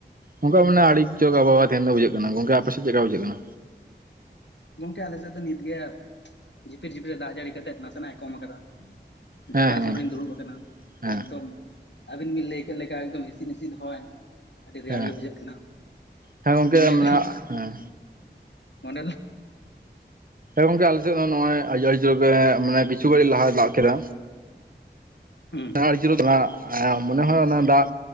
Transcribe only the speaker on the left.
ᱜᱚᱝᱠᱮ ᱟᱞᱮᱥᱮᱫ ᱫᱚ ᱱᱤᱛᱜᱮ ᱡᱷᱤᱯᱤᱨ ᱡᱷᱤᱯᱤᱨᱮ ᱫᱟᱜ ᱡᱟᱹᱲᱤ ᱠᱟᱛᱮᱜ ᱱᱟᱥᱮᱱᱟᱜ ᱮ ᱠᱚᱢ ᱠᱟᱫᱟ
ᱡᱟᱱᱞᱟ
ᱥᱩᱨᱤᱧ ᱫᱩᱲᱩᱵ ᱟᱠᱟᱱᱟ
ᱮᱠᱫᱚᱢ ᱟᱹᱵᱤᱱ ᱵᱤᱱ ᱞᱟᱹᱭ ᱠᱮᱫ ᱞᱮᱠᱟ ᱮᱠᱫᱚᱢ ᱦᱤᱥᱤᱱ ᱦᱤᱥᱤᱫ ᱦᱚᱭ ᱟᱹᱰᱤ ᱨᱮᱭᱟᱲ
ᱜᱮ ᱵᱩᱡᱷᱟᱹᱜ ᱠᱟᱱᱟ
ᱢᱚᱱᱮ
ᱫᱟᱧ
ᱢᱚᱱ
ᱦᱩᱸ